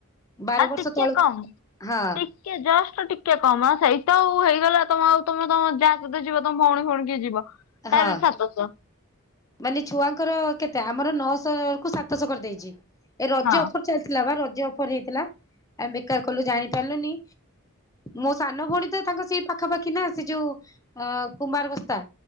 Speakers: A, on the left (about 15°); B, on the left (about 80°).
A: ବାର
B: ଆଉ
A: ବର୍ଷ
B: ଟିକେ
A: ତଳକୁ
B: କମ୍।
A: ହଁ।
B: ଟିକେ ଜଷ୍ଟ ଟିକେ କମ ସେଇତ ଆଉ ହେଇଗଲା ତମ ଆଉ ତମେ ତମ ଯାହା ସହିତ ଯିବ ତମେ ଭଉଣୀ ଫୋଉଣୀ କି ଯିବ ତାର
A: ହଁ
B: ବି ସାତଶହ
A: ମାନେ ଛୁଆଙ୍କର କେତେ ଆମର ନଅଶହ କୁ ସାତଶହ କରିଦେଇଚି ଏ ରଜ
B: ହଁ
A: ଅଫର ଚାଲିଥିଲା ବା ରଜ ଅଫର ହେଇଥିଲା ଆମେ ବେକାର କଲୁ ଜାଣି କଲୁନି ମୋ ସାନ ଭଉଣୀ ତ ତାଙ୍କ ସ ପାଖାପାଖି ନା ସେ ଯୋଉ ଅ କୁମ୍ମାର ବସ୍ତା